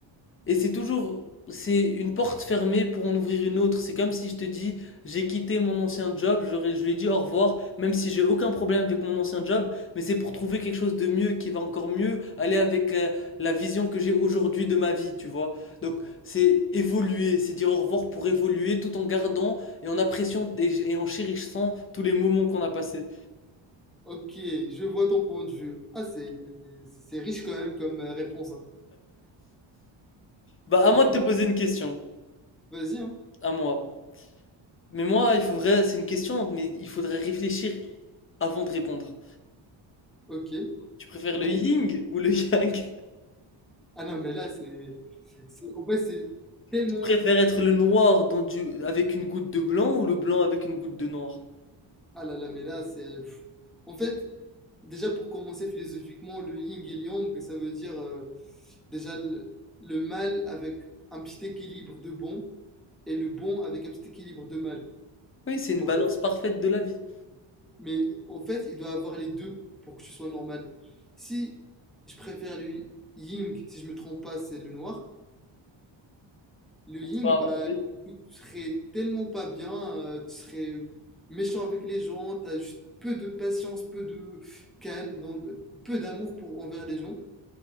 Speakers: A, on the left (about 25°); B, in the centre.
A: Et c'est toujours, c'est une porte fermée pour en ouvrir une autre. C'est comme si je te dis, j'ai quitté mon ancien job, je, leur ai- je lui ai dit au revoir, même si j'ai aucun problème avec mon ancien job, mais c'est pour trouver quelque chose de mieux qui va encore mieux aller avec euh, la vision que j'ai aujourd'hui de ma vie, tu vois. Donc c'est évoluer, c'est dire au revoir pour évoluer tout en gardant et en appréciant et, et en chérissant tous les moments qu'on a passés.
B: ok, je vois ton point de vue. Ah, c'est c'est- c'est riche quand même comme euh, réponse. hein.
A: Bah
B: Et
A: à moi
B: du
A: de te
B: coup,
A: poser une question,
B: vas-y, hein.
A: à moi. Mais moi, il faudrait, c'est une question, mais il faudrait réfléchir avant de répondre.
B: Ok.
A: Tu préfères
B: Non?
A: le yin ou le yang?
B: Ah non, mais là, c'est. c'est- En fait, c'est tellement.
A: Tu préfères être le noir dans du... avec une goutte de blanc ou le blanc avec une goutte de noir?
B: Ah là là, mais là, c'est. pff. En fait, déjà pour commencer philosophiquement, le yin et le yang, ça veut dire euh, déjà le, le mal avec un petit équilibre de bon et le bon avec un petit équilibre de mal.
A: Oui, c'est une
B: En
A: balance
B: fait,
A: parfaite de la vie.
B: mais en fait, il doit avoir les deux pour que ce soit normal. Si je préfère le yin, si je me trompe pas, c'est le noir. Le Ying,
A: Bah,
B: bah,
A: oui,
B: tu serais tellement pas bien, euh, tu serais méchant avec les gens, t'as juste peu de patience, peu de calme, donc peu d'amour pour envers les gens.